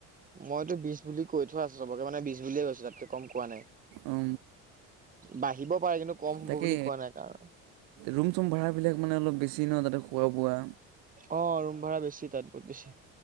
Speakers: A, on the right; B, on the right.
A: মইতো বিছ বুলি কৈ থোৱা আছে চবকে মানে বিছ বুলিয়ে কৈছো তাতকে কম কোৱা নাই
B: অঁ
A: বাঢ়িব পাৰে কিন্তু কম হব
B: তাকে
A: বুলি কোৱা নাই কাৰণ
B: ৰুম চুম ভাড়াবিলাক মানে অলপ বেছি ন তাতে খোৱা বোৱা।
A: অ ৰুম ভাড়া বেছি। বহুত বেছি